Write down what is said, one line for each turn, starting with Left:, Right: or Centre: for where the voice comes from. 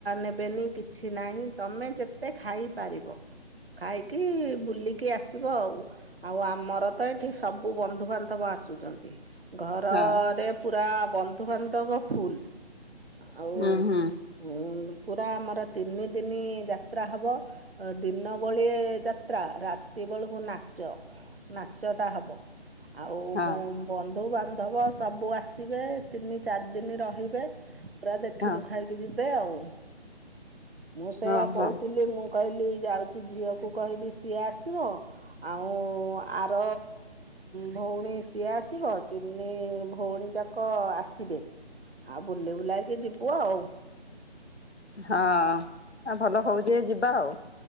Right: ନେବେନି କିଛି ନାହିଁ ତମେ ଯେତେ ଖାଇପାରିବ। ଖାଇକି ବୁଲିକି ଆସିବ ଆଉ। ଆଉ ଆମର ତ ଏଠି ସବୁ ବନ୍ଧୁବାନ୍ଧବ ଆସୁଛନ୍ତି ଘରରେ
Left: ହଁ
Right: ପୁରା ବନ୍ଧୁବାନ୍ଧବ ଫୁଲ ଆଉ
Left: ହୁଁ ହୁଁ
Right: ଉ ପୁରା ଆମର ତିନି ଦିନି ଯାତ୍ରା ହବ ଦିନ ବଳି ଯ ଯାତ୍ରା ରାତି ବେଳକୁ ନାଚ ନାଚ ଟା ହବ ଆଉ
Left: ହଁ
Right: ମୁଁ ବନ୍ଧୁ ବାନ୍ଧବ ସବୁ ଆସିବେ ତିନି ଚାରି ଦିନ ରହିବେ। ପୁରା ଦେଖି
Left: ହଁ
Right: ଦୁଖାଇକି ଯିବେ ଆଉ ମୁଁ ସେଇଆ
Left: ହଁ ହଁ
Right: କହୁଥିଲି
Left: ହଁ
Right: ମୁଁ କହିଲି ଯାଉଛି ଝିଅ କୁ କହିବି ସିଏ ଆସିବ। ଆଉ ଆର ଭଉଣୀ ସିଏ ଆସିବ ତିନି ଭଉଣୀ ଯାକ କ ଆସିବେ ଆଉ ବୁଲି ବୁଲାକି ଯିବୁ ଆଉ।
Left: ହଁ ଆ ଭଲ ହଉଛି ଯଦି ଯିବା ଆଉ।